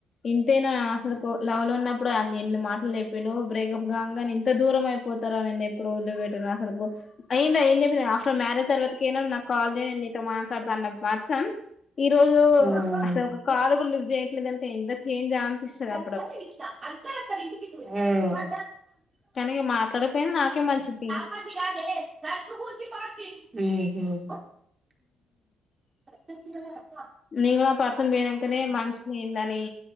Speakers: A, on the left (about 45°); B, on the right (about 25°).
A: ఇంతేనా అసలు లవ్ లో ఉన్నప్పుడు అన్ని ఎన్ని మాటలు నేర్పును బ్రేకప్ కాంగనే ఇంత దూరం అయిపోతారో నన్నను ఎప్పుడు <unintelligible> <unintelligible> మాట్లాడుత అన్న పర్సన్ ఈ రోజు
B: ఉమ్. ఉమ్.
A: అసలు ఒక కాలు కూడ లిఫ్ట్ చేయట్లేదంటే ఇంత చేంజ్ అనిపిస్తది అ
B: ఆ
A: కాని ఇగ మాట్లాడకపోయినా నాకే మంచిది
B: <unintelligible> ఉ ప్ర
A: నీను కూడ ఆ పర్సన్ పోయినకనే మనిషిలేందని